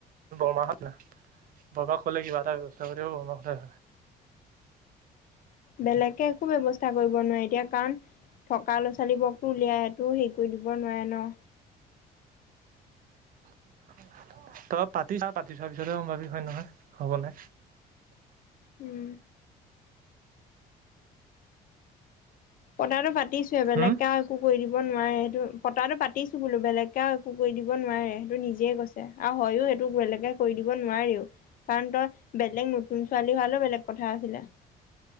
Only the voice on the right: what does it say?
বৰমাহঁত না বৰমাক ক'লে কিবা এটা ব্যৱস্থা কৰি দিব বৰমাহঁতে।
<inaudible> তই পাতি চা পাতি চোৱা পিছতহে গম পাবি হয় নহয় হ'ব নে।
হুম